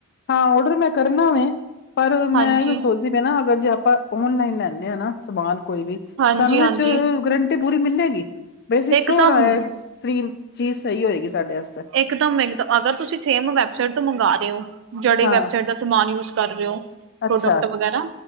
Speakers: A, on the left (about 50°); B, on the right (about 60°).
A: ਹਾਂ, ਔਡਰ ਮੈਂ ਕਰਨਾ ਵੇ, ਪਰ ''ਮੈਂ
B: ਹਾਂਜੀ
A: ਇਹੀਓ ਸੋਚ ਜਿਵੇਂ ਨਾ ਅਗਰ ਜੇ ਆਪਾਂ, ਓਨਲਾਈਨ ਲੈਂਦੇ ਹਾਂ ਨਾ ਸਮਾਨ ਕੋਈ ਵੀ
B: ਹਾਂਜੀ
A: ਸਾਨੂੰ ਉਹਦੇ'ਚ
B: ਹਾਂਜੀ
A: ਗਰੰਟੀ ਪੂਰੀ ਮਿਲੇਗੀ, ਬਸ ਸ਼ੋਰ
B: ਇਕਦਮ
A: ਆਇਆਰੀਮ ਚੀਜ਼ ਸਹੀ ਹੋਏਗੀ ਸਾਡੇ ਵਾਸਤੇ।
B: ਇਕਦਮ ਅਗਰ, ਤੁਸੀਂ ਸੇਮ ਵੈਬਸਾਈਟ ਤੋਂ ਮੰਗਾ ਰਹੇ ਓ ਜਿਹੜੇ
A: ਹਾਂ
B: ਵੈਬਸਾਈਟ ਦਾ ਸਮਾਨ ਯੂਜ ਕਰ ਰਹੇ ਹੋ,
A: ਅੱਛਾ
B: ਪ੍ਰੋਡਕਟ ਵਗੈਰਾ।